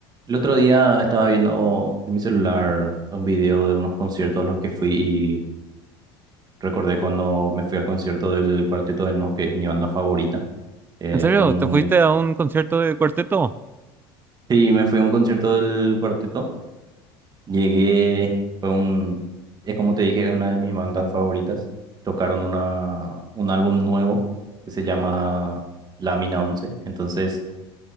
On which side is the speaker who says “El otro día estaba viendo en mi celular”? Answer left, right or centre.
Right